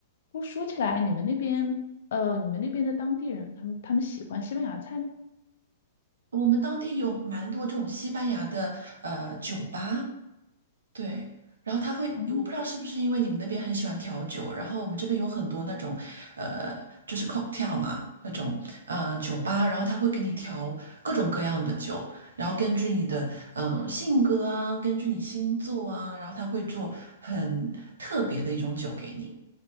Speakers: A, on the left; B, on the right.
A: 不过说起来，你们那边，呃，你们那边的当地人，他们他们喜欢西班牙菜吗？
B: 我们当地有蛮多这种西班牙的呃酒吧，对，然后他会，
A: 哦、
B: 我不知道是不是因为你们那边很喜欢调酒，然后我们这边有很多那种，呃，就是 cocktail 嘛，那种呃酒吧，然后他会给你调各种各样的酒，然后根据你的嗯、呃性格啊，根据你星座啊，然后他会做很特别的一种酒给你，